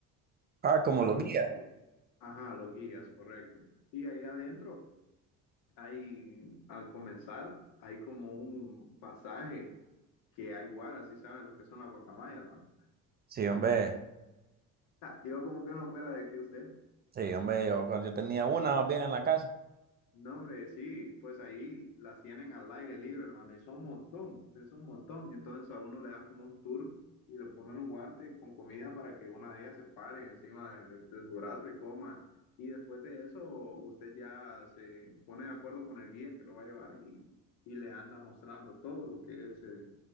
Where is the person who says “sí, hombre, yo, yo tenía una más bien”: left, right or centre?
Right